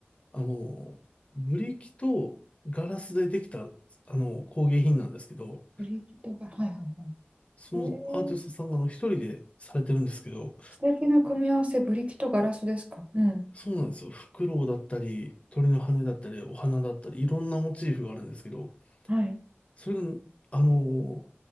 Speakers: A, on the left; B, on the right.
A: あの、ブリキとガラスでできた、あの、工芸品なんですけど、
B: ブリキとガラス、はいはいはい。
A: そのアーティストさんがあの一人でされてるんですけど、
B: えー、素敵な組み合わせ、ブリキとガラスですか。うん。
A: そうなんですよ。フクロウだったり、鳥の羽だったり、お花だったり、いろんなモチーフがあるんですけど、
B: はい。
A: それが、あの、